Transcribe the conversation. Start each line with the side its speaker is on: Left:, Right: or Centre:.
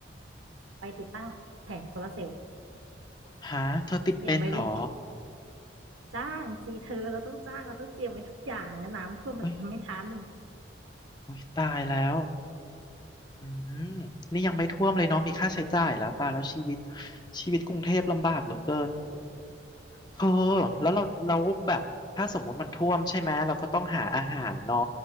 Right: ไปติดตั้งแผงโซลาร์เซลล์
Left: ฮะเธอติดเป็นเหรอ
Right: เตรียมไว้เลย <laughs> จ้างสิเธอเราต้องจ้างเราต้องเตรียมไว้ทุกอย่างนะน้ำท่วมมันจะทำไม่ทัน
Left: เฮ้ยโอ้ยตายแล้วอืมนี่ยังไม่ท่วมเลยเนาะมีค่าใช้จ่ายแล้วตายแล้วชีวิตชีวิตกรุงเทพลำบากเหลือเกินเธอแล้วเราเราแบบถ้าสมมติมันท่วมใช่ไหมเราก็ต้องหาอาหารเนาะ